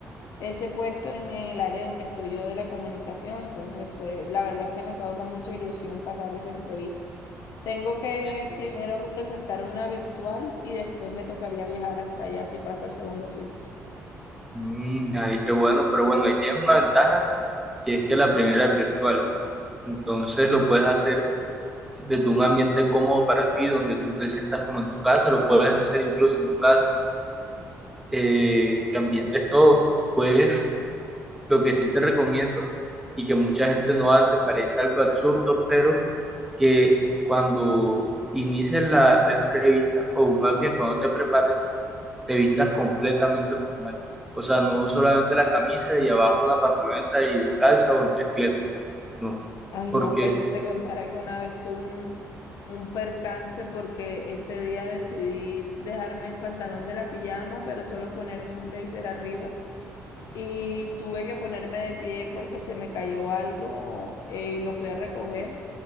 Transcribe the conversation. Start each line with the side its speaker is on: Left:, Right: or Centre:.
Left: ese puesto en, en el área en el que estoy yo de la comunicación. Entonces, pues la verdad es que me causa mucha ilusión pasar esa entrevista. Tengo que
Centre: Sí.
Left: primero presentar una virtual y después me tocaría viajar hasta allá si paso el segundo filtro.
Centre: Mm, ay, qué bueno, pero bueno, ahí tienes una ventaja que es que la primera es virtual, entonces lo puedes hacer desde un ambiente cómodo para ti, donde tú te sientas como en tu casa, lo puedes hacer incluso en tu casa, eh, que ambientes todo, pues lo que sí te recomiendo y que mucha gente no hace, parece algo absurdo, pero que cuando inicies la, la entrevista, o más bien cuando te prepares, te vistas completamente formal. O sea, no solamente la camisa y abajo una pantaloneta y descalza o en chancleta, no.
Left: Ay,
Centre: Porque,
Left: no, pero si te contara que una vez tuve un, un percance porque ese día decidí dejarme el pantalón de la pijama, pero solo ponerme un blazer arriba. Y tuve que ponerme de pie porque se me cayó algo eh, y lo fui a recoger.